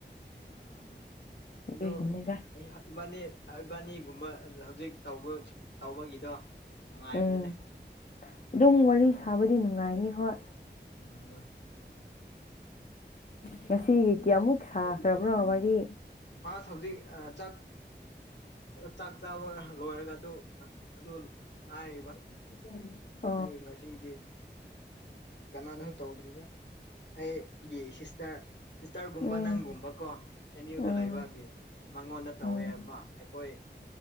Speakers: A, on the left; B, on the left.
A: ꯎꯝ
B: ꯑꯗꯨꯒꯤꯅꯤꯗ
A: ꯑꯗꯨ ꯑꯩ ꯏꯕꯥꯅꯤ ꯏꯕꯅꯤꯒꯨꯝꯕ ꯍꯧꯖꯤꯛ ꯇ ꯇꯧꯕꯒꯤꯗꯣ ꯅꯨꯡꯉꯥꯏꯕꯅꯤꯗ
B: ꯎꯝ ꯑꯗꯨꯝ ꯋꯥꯔꯤ ꯁꯥꯕꯗꯤ ꯅꯨꯡꯉꯥꯏꯅꯤ ꯍꯣꯏ
A: ꯎꯝ
B: ꯉꯁꯤꯒꯤ ꯀꯌꯥꯃꯨꯛ ꯁꯥꯈ꯭ꯔꯕ꯭ꯔꯣ ꯋꯥꯔꯤ
A: ꯃꯥꯁ ꯍꯧꯖꯤꯛ ꯆ ꯆꯥꯛ ꯆꯥꯕ ꯂꯣꯏꯔꯒ ꯑꯗꯨ ꯑꯗꯨ ꯉꯥꯏꯔꯤꯕ
B: <unintelligible>
A: ꯑꯩ ꯉꯁꯤꯗꯤ ꯀꯅꯥꯅꯁꯨ ꯇꯧꯗ꯭ꯔꯤꯗ ꯑꯩꯒꯤ ꯁꯤꯁꯇꯔ ꯁꯤꯁꯇꯔꯒꯨꯝꯕ
B: ꯎꯝ
A: ꯅꯪꯒꯨꯝꯕ ꯀꯣ ꯑꯦꯝ ꯌꯨꯗ
B: ꯎꯝ
A: ꯂꯩꯕꯒꯤ ꯃꯉꯣꯟꯗ ꯇꯧꯋꯦ
B: ꯎꯝ
A: ꯑꯃ ꯑꯩꯈꯣꯏ